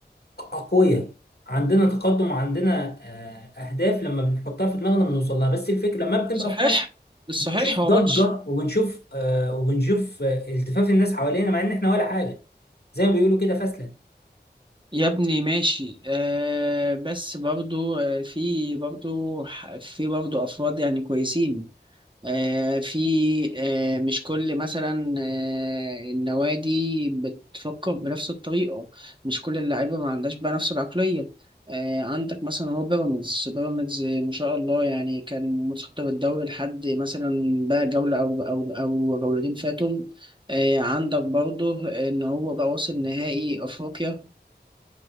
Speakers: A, on the left; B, on the right.
A: أقوياء عندنا تقدم وعندنا آه، أهداف لما بنحطها في دماغنا بنوصل لها بس الفكرة لما بنبقى
B: صحيح
A: في مصر
B: بالصحيح
A: بنشوف
B: هو
A: ضجة
B: ماتش
A: وبنشوف آه، وبنشوف آه، التفاف الناس حوالينا مع إن إحنا ولا حاجة زي ما بيقولوا كده فاسلة
B: يا ابني ماشي آه بس برضو آه في برضو ح- في برضو افراد يعني كويسين آه في آه مش كل مثلا آه النوادي بتفكر بنفس الطريقة مش كل اللعيبة ما عندهاش بقى نفس العقلية آه عندك مثلا هو بيراميدز بيراميدز ما شاء الله يعني كان متصدر الدوري لحد مثلا بقى جولة او او او جولتين فاتهم آه عندك برضو ان هو بقى واصل نهائي افريقيا